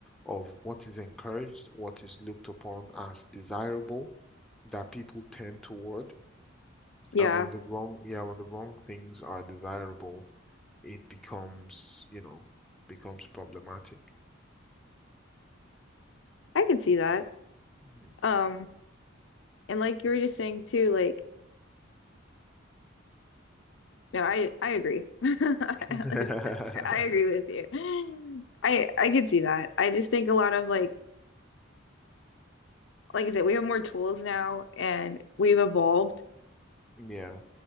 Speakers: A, in the centre; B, on the left.
A: of what is encouraged, what is looked upon as desirable that people tend toward.
B: yeah
A: And when the wrong, yeah, when the wrong things are desirable, it becomes, you know, becomes problematic.
B: I can see that
A: Mhm.
B: um and like you were just saying too like no I I agree <laughs> I
A: <laughs>
B: agree with you I I could see that I just think a lot of like like I said, we have more tools now and we've evolved
A: Yeah,